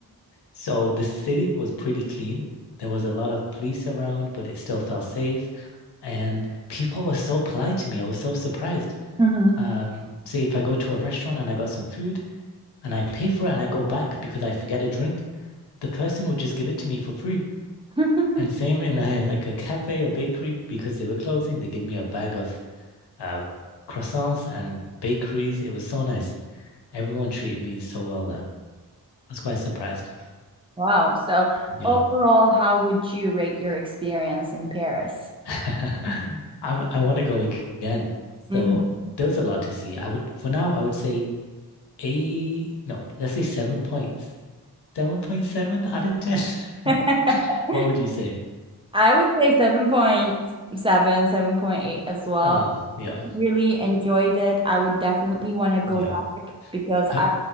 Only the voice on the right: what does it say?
Mm-hmm.
<laughs>
Wow. So
overall, how would you rate your experience in Paris?
Mhm.
<laughs>
I would say seven point seven, seven point eight as well.
Really enjoyed it. I would definitely want to go
back because
I,